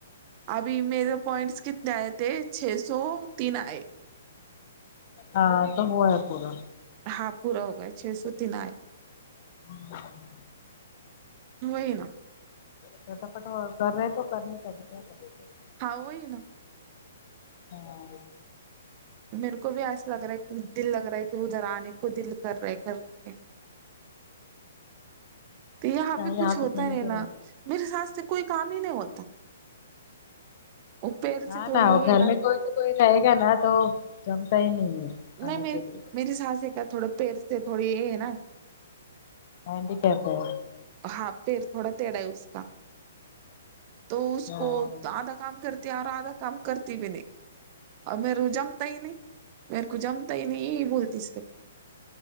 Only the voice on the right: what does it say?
ابھی میرے پوائنٹس کتنے آئے تھے چھ سو تین ائے
ہاں پورا ہو گیا چھ سو تین آئے
وہی نا
ہاں وہ ہی نا
میرے کو بھی ایسا لگ رہا ہے کہ دل لگ رہا ہے کہ ادھر آنے کو دل کر رہے کر کے تو یہاں
پہ کچھ
ہوتا
ہے
نا میرے ساس سے کوئی کام ہی نہیں ہوتا وہ پیر
سے تھوڑی
یہ
ہے نا
نہیں
میں
میری سانسی کا تھوڑے پیر سے تھوڑی یہ ہے نا
ہاتھ پیر تھوڑا تیڑا ہے اس کا تو اس
کو آدھا کام کرتے ہیں اور آدھا کام کرتی بھی نہیں اور میں رو جامتا ہی نہیں میرے کو جمتا ہی نہیں بولتی صرف